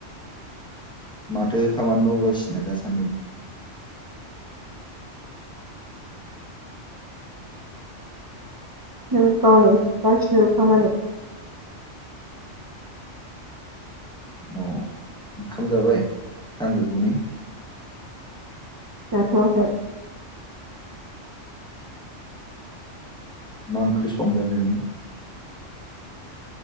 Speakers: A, in the centre; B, on the right.
A: माथो खामानि मावगासिनो दासान्दि?
B: गावनि पार्सनेल खामानि
A: औ ओंखाम जाबाय सानजौफुनि?
B: जाथ'आखै
A: मा ओंख्रि संदों ओरैनो?